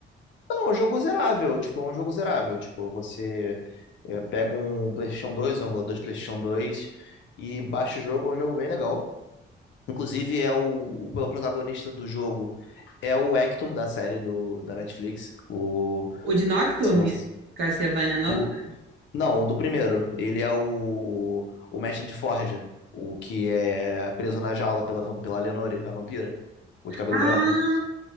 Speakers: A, on the left (about 70°); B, on the right (about 70°).
A: não, é um jogo zerável, tipo, é um jogo zerável, tipo, você é, pega um PlayStation 2, um emulador de PlayStation 2 e baixa o jogo, é um jogo bem legal. Inclusive, é o, o protagonista do jogo é o Hector da série do, da Netflix, o
B: O de Nocturne?
A: se não,
B: Castlevania Nocturne?
A: O... Não, o do primeiro. Ele é o... o mestre de forja. O que é preso na jaula pela, vam- pela Leonore, a vampira. O de cabelo
B: Ah,
A: branco.